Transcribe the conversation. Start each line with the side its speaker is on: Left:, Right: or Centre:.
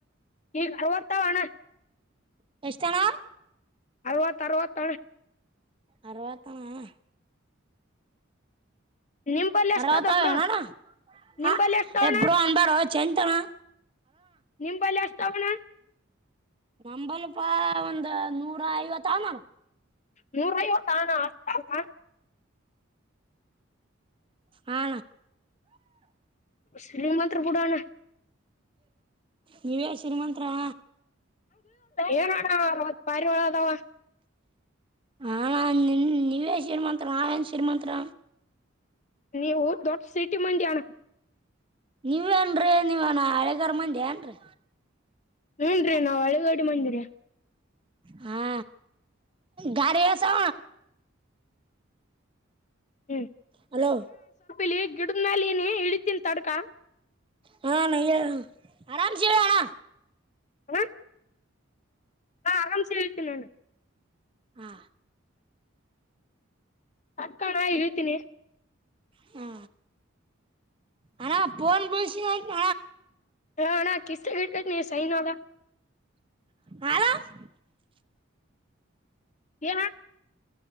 Left: ಈಗ ಅರವತ್ತಾವಣ
Right: ಎಷ್ಟಣ
Left: ಅರವತ್ತು ಅರವತ್ತ
Right: ಅರವಾತ ಅಣ್ಣ
Left: ನಿಂಬಲ್ಲಿ
Right: ಅರವತ
Left: ಎಷ್ಟದ
Right: ಅವ
Left: ಬ್ರೋ
Right: ಅಣ್ಣ
Left: ನಿಂಬಲ್ಲಿ
Right: ಹ
Left: ಎಷ್ಟ
Right: ಎ
Left: ಅಣ್ಣ
Right: ಬ್ರೋ ಅನ್ಬಾರೋ ಚಂತಾನ
Left: ನಿಂಬಲ್ಲಿ ಅಷ್ಟ ಅಣ್ಣ
Right: ನಮಂಬಲ್ಪಾ ಒಂದ ನೂರ ಐವತ್ ನೋಡ
Left: ನೂರ ಐವತ್ತು ಅಣ್ಣ
Right: ಹಾ
Left: ಶ್ರೀಮಂತ್ರು ಬಿಡಣ್ಣ
Right: ನೀವೇ ಶ್ರೀಮಂತ್ರರಣ್ಣ
Left: ಏನ್ ಅಣ್ಣಾ ಅರವತ್ತು ಪಾರಿವಾಳ ಅದಾವ
Right: ಹ ನಾ ನಿ ನೀವೇ ಶ್ರೀಮಂತತ್ರ ನಾವೇನು ಶ್ರೀಮಂತರ
Left: ನೀವು ದೊಡ್ಡ ಸಿಟಿ ಮಂದಿ ಅಣ
Right: ನೀವೇನ್ರರಿ ನೀವೇನ ಹಳೆಗಾರ ಮಂದಿ ಏನ್ರೀ
Left: ಹ್ಮ್ ರಿ ನಾವ್ ಹಳಗಡಿ ಮಂದಿರ
Right: ಹಾ ಗಾರಿಯಸ
Left: ಹ್ಮ್
Right: ಹಲೋ
Left: ಲಿ ಗಿಡದ ಮಾಲ ನ ಇಳಿತೀನ್ ತಡ್ಕ
Right: ಹಾ ನ ಹೇಳೋ ಆರಾಮಸ ಹೇಳಣ
Left: ಅಣ್ಣ ಆರಾಮ ಸೇ ಇಳೀತೀನಿ ಅಣ್ಣಾ
Right: ಹಾ
Left: ತಡ್ಕೋ ಅಣ್ಣಾ ಇಳೀತೀನಿ
Right: ಹಾ ಹಣ ಪಫೋನ್ ಬಳಸ ಉಟಣ
Left: ಹಾಣಾ ಕಿಸತ ಇಡ್ಬೇಕೇ ನೀ ಸೈನ್ದ
Right: ಹ
Left: ಹ